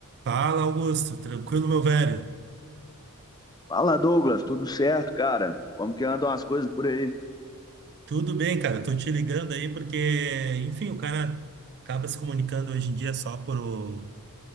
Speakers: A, on the right; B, on the left.
A: Fala, Augusto. Tranquilo, meu velho?
B: Fala, Douglas, tudo certo, cara? Como que andam as coisas por aí?
A: Tudo bem, cara. Tô te ligando aí porque, enfim, o cara acaba se comunicando hoje em dia só por,